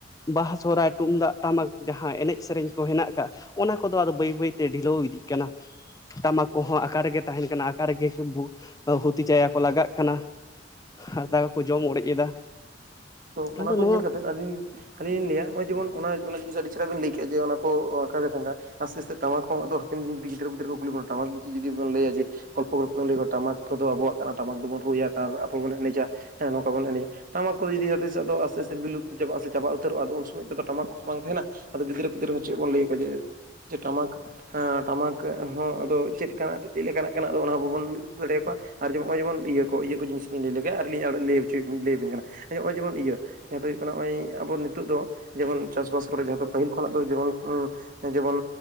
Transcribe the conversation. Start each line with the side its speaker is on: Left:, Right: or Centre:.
Left: ᱵᱟᱦᱟ ᱥᱚᱨᱦᱟᱭ ᱛᱩᱢᱫᱟᱜ ᱴᱟᱢᱟᱠ ᱡᱟᱦᱟᱸ ᱮᱱᱮᱡ ᱥᱮᱨᱮᱧ ᱠᱚ ᱦᱮᱱᱟᱜ ᱠᱟᱜᱼᱟ ᱚᱱᱟ ᱠᱚᱫᱚ ᱟᱫᱚ
Right: ᱦᱩᱸ
Left: ᱵᱟᱹᱭ ᱵᱟᱹᱭ ᱛᱮ ᱰᱷᱤᱞᱟᱹᱣ ᱤᱫᱤᱜ ᱠᱟᱱᱟ ᱴᱟᱢᱟᱠ ᱠᱚᱦᱚᱸ ᱟᱠᱟ ᱨᱮᱜᱮ ᱛᱟᱸᱦᱮᱱ ᱠᱟᱱᱟ ᱟᱠᱟ ᱨᱮᱜᱮ ᱵᱷᱩ ᱦᱩᱛᱤ ᱪᱟᱭᱟ ᱠᱚ ᱞᱟᱜᱟᱜ ᱠᱟᱱᱟ ᱦᱟᱨᱛᱟ ᱠᱚᱠᱚ ᱡᱚᱢ ᱚᱲᱮᱡ ᱮᱫᱟ
Right: ᱚᱱᱟ
Left: ᱟᱫᱚ
Right: ᱠᱚ
Left: ᱱᱚᱣᱟ
Right: ᱧᱮᱞ ᱠᱟᱛᱮᱫ ᱟᱹᱞᱤᱧ ᱟᱹᱞᱤᱧ ᱞᱤᱧ ᱞᱟᱹᱭᱟ ᱱᱚᱜᱼᱚᱭ ᱡᱮᱢᱚᱱ ᱚᱱᱟ ᱚᱱᱟ ᱡᱤᱱᱤᱥ ᱟᱹᱰᱤ ᱪᱮᱦᱮᱨᱟ ᱵᱤᱱ ᱞᱟᱹᱭ ᱠᱮᱜᱼᱟ ᱡᱮ ᱚᱱᱟ ᱠᱚ ᱟᱠᱟᱨᱮ ᱛᱟᱸᱦᱮᱱ ᱠᱟᱱᱟ ᱟᱥᱛᱮ ᱟᱥᱛᱮ ᱴᱟᱢᱟᱠ ᱦᱚᱸ ᱟᱫᱚ ᱦᱟᱯᱮᱱ ᱫᱤᱱ ᱡᱩᱫᱤ ᱜᱤᱫᱽᱨᱟᱹ ᱯᱤᱫᱽᱨᱟᱹ ᱠᱚ ᱠᱩᱞᱤ ᱵᱚᱱᱟ ᱴᱟᱢᱟᱠ ᱡᱩᱫᱤ ᱵᱚᱱ ᱞᱟᱹᱭᱟ ᱡᱮ ᱜᱚᱞᱯᱚ ᱜᱚᱞᱯᱚ ᱞᱟᱹᱭᱼᱟ ᱴᱟᱢᱟᱠ ᱠᱚᱫᱚ ᱟᱵᱚᱣᱟᱜ ᱴᱟᱢᱟᱠ ᱫᱚᱵᱚᱱ ᱨᱩᱭᱟ ᱟᱨ ᱟᱵᱚ ᱵᱚᱱ ᱮᱱᱮᱡᱟ ᱦᱮᱸ ᱱᱚᱝᱠᱟ ᱵᱚᱱ ᱮᱱᱮᱡᱟ ᱴᱟᱢᱟᱠ ᱠᱚᱫᱚ ᱡᱩᱫᱤ ᱡᱟᱸᱦᱟᱛᱤᱥ ᱦᱚᱸ ᱟᱫᱚ ᱟᱥᱛᱮ ᱟᱥᱛᱮ ᱵᱤᱞᱩᱯᱛᱚ ᱪᱟᱵᱟᱜᱼᱟ ᱥᱮ ᱪᱟᱵᱟ ᱩᱛᱟᱹᱨᱚᱜᱼᱟ ᱟᱫᱚ ᱩᱱ ᱥᱚᱢᱚᱭ ᱫᱚ ᱴᱟᱢᱟᱠ ᱵᱟᱝ ᱛᱟᱸᱦᱮᱱᱟ ᱟᱫᱚ ᱜᱤᱫᱽᱨᱟᱹ ᱯᱤᱫᱽᱨᱟᱹ ᱦᱚᱸ ᱪᱮᱫ ᱵᱚᱱ ᱞᱟ. ᱭ ᱟᱠᱚᱣᱟ ᱡᱮ ᱴᱟᱢᱟᱠ ᱦᱟᱸ ᱴᱟᱢᱟᱠ ᱦᱚᱸ ᱟᱫᱚ ᱪᱮᱫ ᱠᱟᱱᱟ ᱪᱮᱫ ᱞᱮᱠᱟᱱᱟᱜ ᱠᱟᱱᱟ ᱟᱫᱚ ᱵᱟᱵᱚᱱ ᱩᱫᱩᱜ ᱫᱟᱲᱮᱭ ᱟᱠᱚᱣᱟ ᱟᱨ ᱡᱮ ᱱᱚᱜᱼᱚᱭ ᱡᱮᱢᱚᱱ ᱤᱭᱟᱹ ᱠᱚ ᱤᱭᱟᱹ ᱠᱚ ᱡᱤᱥᱤᱧ ᱞᱟᱹᱭ ᱞᱮᱜᱮ ᱟᱨ ᱞᱤᱧ ᱞᱟᱹᱭ ᱦᱚᱪᱚ ᱞᱟᱹᱭ ᱟᱵᱤᱱ ᱠᱟᱱᱟ ᱱᱚᱜᱼᱚᱭ ᱡᱮᱢᱚᱱ ᱤᱭᱟᱹ ᱡᱟᱦᱟᱸ ᱫᱚ ᱦᱩᱭᱩᱜ ᱠᱟᱱᱟ ᱱᱚᱜᱼᱚᱭ ᱟᱵᱚ ᱱᱤᱛᱚᱜ ᱫᱚ ᱡᱮᱢᱚᱱ ᱪᱟᱥᱼᱵᱟᱥ ᱠᱚᱨᱮ ᱡᱟᱦᱟᱸ ᱫᱚ ᱯᱟᱹᱦᱤᱞ ᱠᱷᱚᱱᱟᱜ ᱫᱚ ᱡᱮᱢᱚᱱ ᱡᱮᱢᱚᱱ